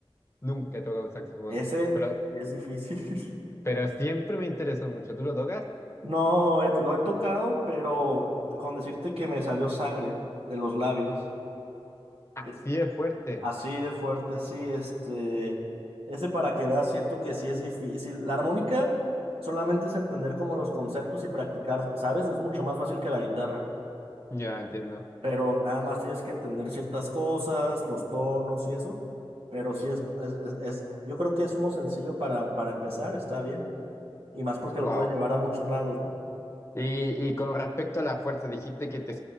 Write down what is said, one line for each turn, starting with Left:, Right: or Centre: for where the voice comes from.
Left: Nunca he tocado un saxofón.
Right: Ese
Left: Pero,
Right: es difícil. <laughs>
Left: pero siempre me interesó mucho. ¿Tú lo tocas?
Right: No, he- lo he tocado, pero con decirte que me salió sangre de los labios.
Left: Así
Right: eh,
Left: es fuerte.
Right: Así de fuerte, sí, este, ese para que veas, siento que sí es difícil. La armónica solamente es entender como los conceptos y practicar, ¿sabes? Es mucho más fácil que la guitarra,
Left: Ya entiendo.
Right: pero nada más tienes que entender ciertas cosas, los tonos y eso, pero sí es, es, es- es- yo creo que es uno sencillo para, para empezar, está bien, y más porque
Left: Wow.
Right: lo puedes llevar a muchos lados, ¿no?
Left: Y, y con respecto a la fuerza, dijiste que te